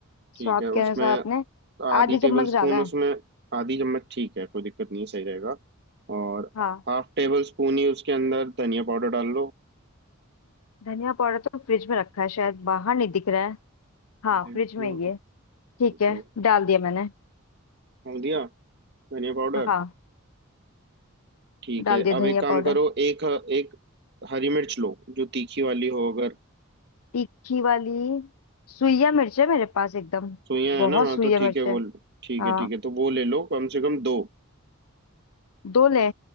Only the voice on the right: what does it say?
ठीक
है उसमें
आधी
टेबल
स्पून
उसमें
आधी चम्मच ठीक है कोई दिक्कत नहीं है सही रहेगा और
हाफ टेबल स्पून ही उसके अंदर धनिया पाउडर डाल लो
देख
लो
तो
डाल दिया धनिया पाउडर
ठीक
है
अब
एक काम
करो एक एक हरी मिर्च लो जो तीखी वाली हो अगर
सोया
है ना हाँ
तो ठीक
है
वो ठीक
है ठीक है तो वो ले लो कम से कम दो